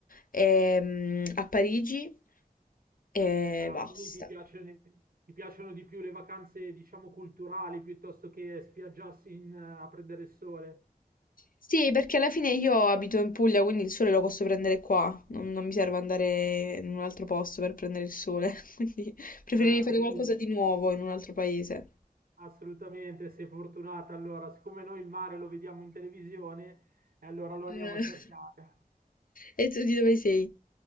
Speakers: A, on the left; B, on the right.
A: ehm, a Parigi e
B: Ah,
A: basta.
B: quindi ti piacciono, ti piacciono di più le vacanze, diciamo, culturali piuttosto che spiaggiarsi in- a prendere il sole.
A: Sì, perché alla fine io abito in Puglia, quindi il sole lo posso prendere qua. Non, non mi serve andare in un altro posto per prendere il sole. <laughs> Quindi preferirei
B: Certo,
A: fare
B: quindi
A: qualcosa di nuovo in un altro paese.
B: Assolutamente, sei fortunata. Allora, siccome noi il mare lo vediamo in televisione, eh, allora lo andiamo
A: Eh,
B: a cercare.
A: <laughs> E tu di dove sei?